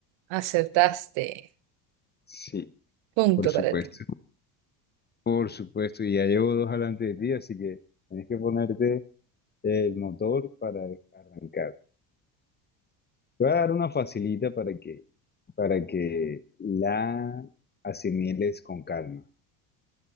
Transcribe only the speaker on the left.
Sí,
por supuesto.
Por supuesto, y ya llevo dos adelante de ti, así que tienes que ponerte el motor para arrancar. Te voy a dar una facilita para que, para que la asimiles con calma.